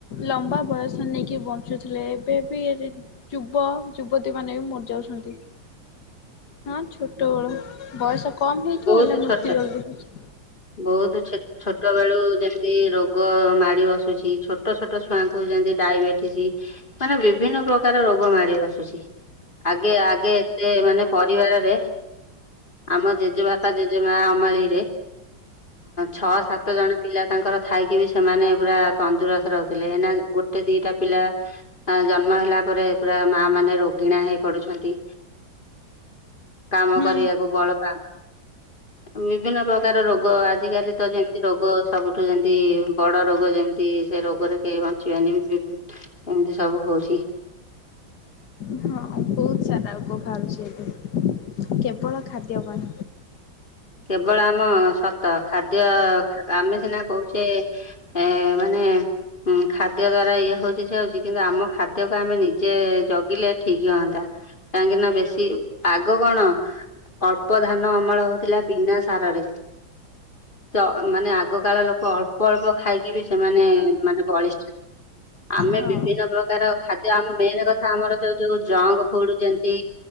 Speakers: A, on the left (about 55°); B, on the left (about 25°).
A: ଲମ୍ବା ବୟସ ନେଇକି ବଞ୍ଚୁଥିଲେ ଏବେ ବି ଯୁବ ଯୁବତୀ ମାନେ ବି ମରିଯାଉଛନ୍ତି ହଁ ଛୋଟ ବଳ ବୟସ କମ ହେଇଥିବ
B: ବହୁତ
A: ହେଲେ ମୂର୍ତ୍ତି
B: ଛୋଟ
A: ଜଲଦିଉଛି
B: ବହୁତ ଛୋଟ ବେଳୁ ଯେମିତି ରୋଗ ମାଡି ବସୁଛି ଛୋଟ ଛୋଟ ଛୁଆଙ୍କୁ ଯେମିତି ଡାଇବେଟିସ ମାନେ ବିଭିନ୍ନ ପ୍ରକାର ରୋଗ ମାଡି ବସୁଛି ଆଗେ ଆଗେ ସେ ମାନେ ପରିବାରରେ ଆମ ଜେଜେବାପା ଜେଜେମା ଅମଳି ରେ ଛଅ ସାତ ଜଣ ପିଲା ତାଙ୍କର ଥାଇକି ବି ସେମାନେ ପୁରା ତନ୍ଦୁରସ୍ତ ରହୁଥିଲେ ଏନା ଗୋଟେ ଦିଟା ପିଲା ହ ଜନ୍ମ ହେଲା ପରେ ପୁରା ମା ମାନେ ରୋଗିଣା ହେଇ ପଡୁଛନ୍ତି କାମ
A: ହୁଁ
B: କରିବାକୁ ବଳ ପାଉ ବିଭିନ୍ନ ପ୍ରକାର ରୋଗ ଆଜିକାଲି ତ ଯେମତି ରୋଗ ସବୁଠୁ ଯେମତି ବଡ ରୋଗ ଯେମି କିସେ ରୋଗରେ କେହି ବଞ୍ଚିବନି ଏମିତି ସବୁ ହଉଛି
A: ହଁ ବହୁତ ସାରା ରୋଗ ବାହାରୁଛି ଏବେ କେବଳ ଖାଦ୍ୟ ପାଇଁ
B: କେବଳ ଆମ ସତ ଖାଦ୍ୟ ଆମେ ସିନା କହୁଛେ ଏ ମାନେ ଉଁ ଖାଦ୍ୟ ଦ୍ଵାରା ଇଏ ହଉଛି ସେ ହଉଛି କିନ୍ତୁ ଆମ ଖାଦ୍ୟକୁ ଆମେ ନିଜେ ଜଗିଲେ ଠିକ୍ ହୁଅନ୍ତା କାହିଁକି ନା ବେଶୀ ଆଗ କଣ ଅଳ୍ପ ଧାନ ଅମଳ ହଉ ଥିଲା ବିନା ସାରରେ ତ ମାନେ ଆଗକାଳ ଲୋକ ଅଳ୍ପ ଅଳ୍ପ ଖାଇକି ବି ସେମାନେ ମାନେ ବଳିଷ୍ଠ ଆମେ
A: ହଁ।
B: ବିଭିନ୍ନ ପ୍ରକାର ଖାଦ୍ୟ ଆ ମେନ କଥା ଆମର ଯ ଯୋଉ ଜଙ୍କ ଫୁଡ ଯେମତି